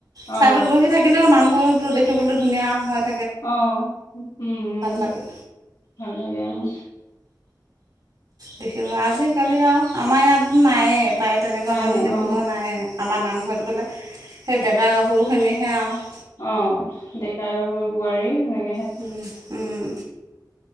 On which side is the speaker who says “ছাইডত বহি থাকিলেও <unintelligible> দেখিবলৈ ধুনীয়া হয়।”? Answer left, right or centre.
Right